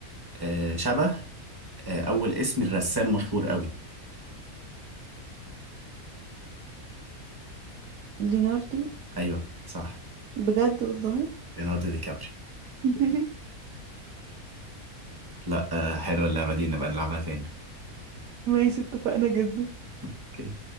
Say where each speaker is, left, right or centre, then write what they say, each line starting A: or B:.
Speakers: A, on the right; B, on the right.
A: آه... شبه آه... اول اسم الرسام مشهور قوي
B: ليناردو
A: ايوه صح
B: بجد والله
A: ليوناردو دي كابريو <laughs>
B: <laughs>
A: لا آه... حلوه اللعبه دي نبقى نلعبها تاني
B: ماشي اتفقنا جدا
A: اوكي.